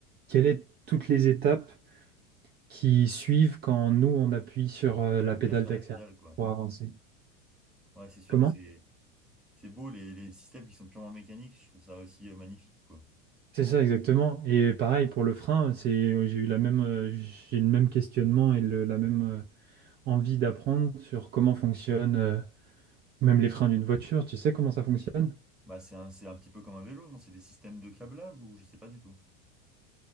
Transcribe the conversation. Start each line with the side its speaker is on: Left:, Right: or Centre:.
Right: quelles sont toutes les étapes qui suivent quand nous on appuie sur euh, la pédale
Centre: Ouais, sur
Right: d'accélérateur
Centre: la pédale, quoi.
Right: pour avancer.
Centre: Ouais, c'est sûr
Right: Comment?
Centre: que c'est c'est beau les, les systèmes qui sont purement mécaniques, je trouve ça aussi euh, magnifique quoi.
Right: C'est ça exactement. Et pareil pour le frein, c'est, j'ai eu la même, euh, j'ai le même questionnement et le- la même euh, envie d'apprendre sur comment fonctionnent euh, même les freins d'une voiture. Tu sais comment ça fonctionne?
Centre: Bah c'est un c'est un petit peu comme un vélo, non? C'est des systèmes de câblage ou je sais pas du tout.